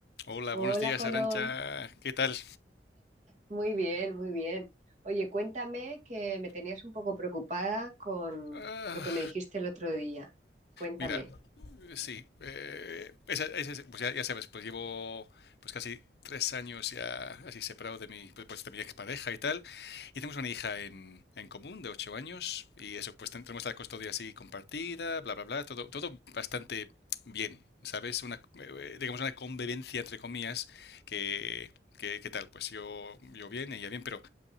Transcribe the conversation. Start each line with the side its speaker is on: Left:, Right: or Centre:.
Left: Hola,
Right: Hola,
Left: buenos días,
Right: Colom.
Left: Arancha. ¿Qué tal?
Right: Muy bien, muy bien. Oye, cuéntame que me tenías un poco preocupada con
Left: Ah,
Right: lo que me dijiste el otro día. Cuéntame.
Left: mira, eh, sí, eh, esa- esa- esa- pues ya, ya sabes, pues llevo pues casi tres años ya así separado de mi, pues, pues, de mi expareja y tal. Y tenemos una hija en, en común de ocho años y eso, pues ten- tenemos la custodia así compartida, bla, bla, bla, todo, todo bastante bien, ¿sabes? Una, eh, digamos una convivencia entre comillas que, que, ¿qué tal? Pues yo, yo bien, ella bien, pero